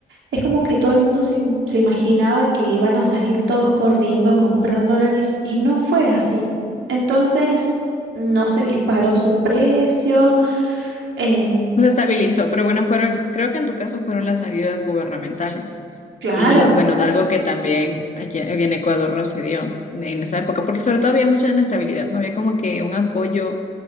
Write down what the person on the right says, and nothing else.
es como que todo el mundo se, im- se imaginaba que iban a salir todos corriendo a comprar dólares, y no fue así. Entonces, no se disparó su precio. em,
claro,